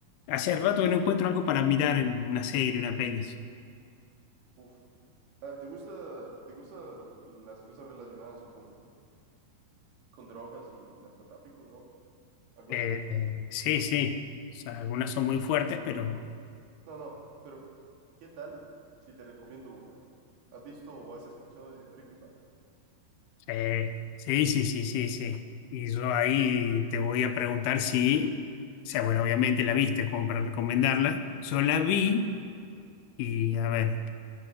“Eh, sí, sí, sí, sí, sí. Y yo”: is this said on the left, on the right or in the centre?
Left